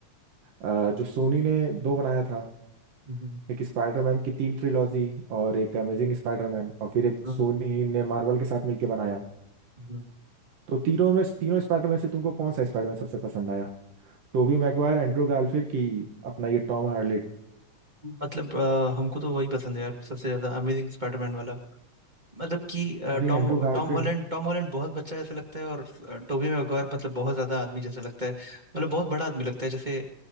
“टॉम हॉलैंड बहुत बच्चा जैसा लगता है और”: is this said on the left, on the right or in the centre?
Right